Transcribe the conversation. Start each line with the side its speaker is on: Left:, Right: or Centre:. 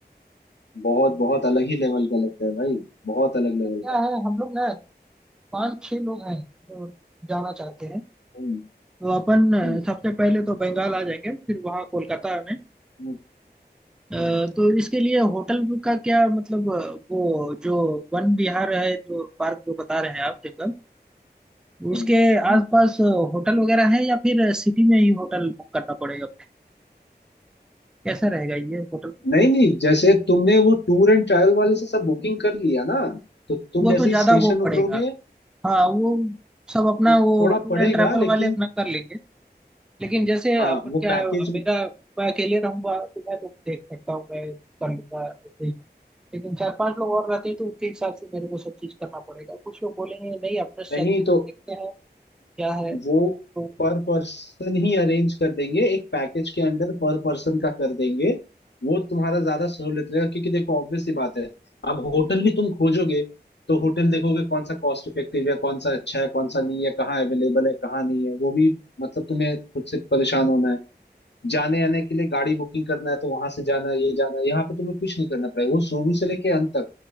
Left: बहुत बहुत अलग ही लेवल का लगता है भाई बहुत अलग
Centre: तो
Left: लेवल
Centre: क्या
Left: का
Centre: है हम लोग ना पाँच छह लोग हैं जो जाना चाहते हैं
Left: हम्म
Centre: तो अपन अ,
Left: हम्म
Centre: सबसे पहले तो बंगाल आ जाएंगे फिर वहाँ कोलकाता में
Left: हम्म
Centre: अ,
Left: हम्म
Centre: तो इसके लिए होटल का क्या मतलब अ, वो जो वन विहार है जो पार्क जो बता रहे हैं आप जंगल
Left: हम्म
Centre: उसके आसपास
Left: हम्म।
Centre: अ, होटल वगैरह है या फिर सिटी में ही होटल बुक करना पड़ेगा कैसा रहेगा ये होटल
Left: नहीं नहीं जैसे तुमने वो टूर एंड ट्रैवल वाले से सब बुकिंग कर लिया ना तो तुम
Centre: वो
Left: जैसे
Centre: तो ज्यादा
Left: ही स्टेशन
Centre: वो
Left: उतरोगे
Centre: पड़ेगा हाँ वो सब अपना
Left: थोड़ा
Centre: वो टूर
Left: पड़ेगा
Centre: एंड ट्रैवल
Left: लेकिन
Centre: वाले अपना कर लेंगे लेकिन जैसे
Left: हाँ
Centre: अपन
Left: वो
Centre: क्या
Left: पैकेज
Centre: है, मेरा मैं अकेले रहूंगा तो मैं तो देख सकता हूँ मैं कर लूंगा लेकिन चार पांच लोग और रहते हैं तो उनके हिसाब से मेरे को सब चीज करना पड़ेगा कुछ लोग बोलेंगे नहीं अपने से
Left: नहीं
Centre: चलते हैं
Left: तो
Centre: देखते हैं क्या है
Left: वो
Centre: तो
Left: पर पर्सन ही अरेंज कर देंगे एक पैकेज के अंडर पर पर्सन का कर देंगे वो तुम्हारा ज्यादा सहूलियत रहेगा क्योंकि देखो ऑब्वियस सी बात है अब होटल भी तुम खोजोगे तो होटल देखोगे कौन सा कॉस्ट इफेक्टिव है कौन सा अच्छा है कौन सा नहीं है कहाँ अवेलेबल है कहाँ नहीं है वो भी मतलब तुम्हें खुद से परेशान होना है जाने आने के लिए गाड़ी बुकिंग करना है तो वहां से जाना ये जाना यहाँ पे तुम्हें कुछ नहीं करना पड़ेगा वो शुरू से लेके अंत तक